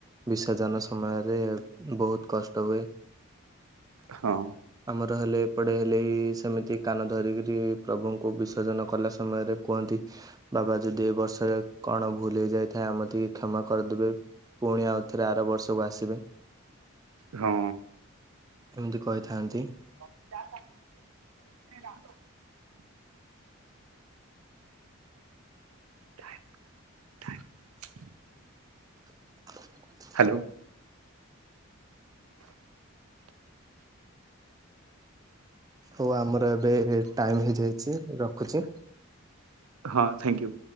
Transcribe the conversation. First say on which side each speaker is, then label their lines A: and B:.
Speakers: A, on the right (about 15°); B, on the right (about 85°).
A: ବିସର୍ଜନ ସମୟରେ ବହୁତ କଷ୍ଟ ହୁଏ।
B: ହଁ।
A: ଆମର ହେଲେ ଏପଡେ ହେଲେ ସେମିତି କାନ ଧରିକରି ପ୍ରଭୁ କୁ ବିସର୍ଜନ କଲା ସମୟରେ କୁହନ୍ତି ବାବା ଯଦି ଏ ବର୍ଷରେ କଣ ଭୁଲ ହେଇ ଯାଇଥାଏ ଆମେ ଟିକେ କ୍ଷମା କରିଦେବେ। ପୁଣି ଆଉଥରେ ଆର ବର୍ଷକୁ ଆସିବେ।
B: ହଁ।
A: ଏମିତି କହିଥାନ୍ତି।
B: <inaudible> <inaudible>
A: <inaudible>
B: ହ୍ୟାଲୋ।
A: ହଉ ଆମର ଏବେ ଟାଇମ ହେଇଯାଇଛି ରଖୁଛି।
B: ହଁ ଥ୍ୟାଙ୍କୟୁ।